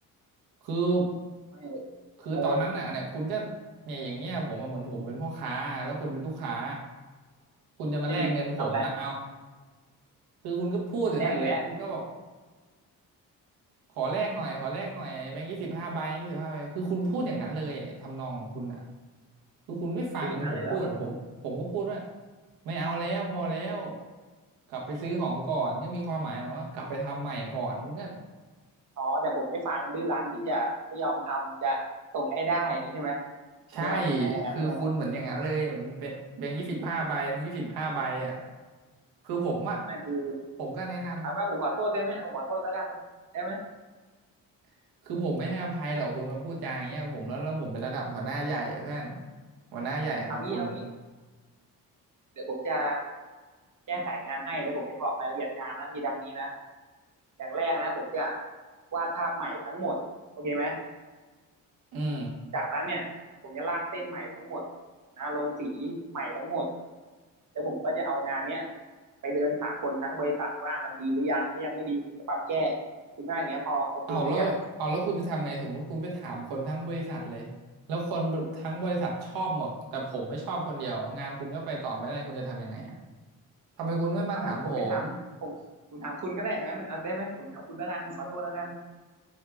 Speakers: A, on the right; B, on the right.
A: คือ
B: ไม่
A: คือตอนนั้นอ่ะเนี่ยคุณก็เนี่ยอย่างเงี้ยผมอะเหมือนผมเป็นพ่อค้าแล้วคุณเป็นลูกค้า
B: เออ
A: คุณจะมาแลกเงินผมอ่ะเอา
B: อืมผมทำอะไร
A: คือคุณก็พูดอยู่นั่นแหละคุณก็บอก
B: แรกอีกแล้ว
A: ขอแลกหน่อยขอแลกหน่อยแบงค์ยี่สิบห้าใบยี่สิบห้าใบคือคุณพูดอย่างนั้นเลยทำนองของคุณอ่ะคือคุณไม่ฟังผมพูดอะผมผมก็พูดว่า
B: พูดอย่างนั้นเลยเหรอผมพูด
A: ไม่เอาแล้วพอแล้วกลับไปซื้อของก่อนก็มีความหมายว่ากลับไปทำใหม่ก่อนคุณก็
B: อ๋อแต่ผมไม่ฟังดื้อรั้นที่จะไม่ยอมทำจะส่งให้ได้อย่างนี้ใช่ไหมคุณจะหมายอย่างนั้นใช่ไหมครับ
A: ใช่คือคุณเหมือนอย่างนั้นเลยเหมือนแบแบงค์ยี่สิบห้าใบแบงค์ยี่สิบห้าใบอ่ะคือผมอ่ะ
B: นั่นคือ
A: ผมก็แนะน
B: ถามว่าผมขอโทษได้ไหมเอาผมขอโทษแล้วกันได้ไหม
A: ำคือผมไม่ให้อภัยหรอกคุณมาพูดจาอย่างเงี้ยผมแล้วแล้วผมเป็นระดับหัวหน้าใหญ่อะเพื่อนหัวหน้าใหญ่ครับคุณ
B: เอางี้เอางี้ เดี๋ยวผมจะแก้ไขงานให้แล้วผมจะบอกรายละเอียดงานนะมีดังนี้นะอย่างแรกนะผมจะวาดภาพใหม่ทั้งหมดโอเคไหม
A: อืม
B: จากนั้นเนี่ยผมจะลากเส้นใหม่ทั้งหมดนะลงสีใหม่ทั้งหมดแล้วผมก็จะเอางานเนี้ยไปเดินถามคนทั้งบริษัทว่ามันดีหรือยังถ้ายังไม่ดีผมจะปรับแก้คุณว่าอย่างเงี้ยพอโอเคหรือยัง
A: เอาแล้วเอาแล้วคุณจะทำไงสมมุติคุณไปถามคนทั้งบริษัทเลยแล้วคนทั้งบริษัทชอบหมดแต่ผมไม่ชอบคนเดียวงานคุณก็ไปต่อไม่ได้คุณจะทำยังไงอ่ะทำไมคุณไม่มาถามผม
B: เอางั้นผมไม่ถามผมผมถามคุณก็ได้อางั้นเอาได้ไหมผมถามคุณแล้วกันผมขอโทษแล้วกัน